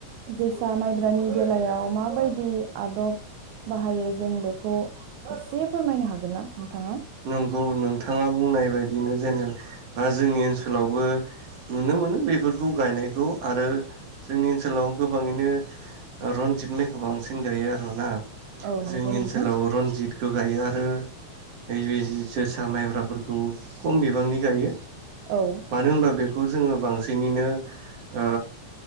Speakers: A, on the right; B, on the right.
A: जोसा माइब्रानि बेलायाव माबायदि आदब बाहायो जों बेखौ एसे फोरमायनो हागोन ना नोंथाङा
B: नंगौ नोंथाङा बुंनाय बायदिनो जेनेबा जोंनि ओनसोलावबो नुनो मोनो बेफोरखौ गायनायखौ आरो जोंनि ओनसोलाव गोबाङैनो रनजित माइखौ बांसिन गायो आरुना
A: औ नंगौ
B: जोंनि
A: नोंथां
B: ओनसोलाव रनजित खोगायो आरो ओइ बै जोसा माइब्राफोरखौ खम बिबांनि गायो।
A: औ
B: मानो होमबा बेखौ जोङो बांसिनिनो ओ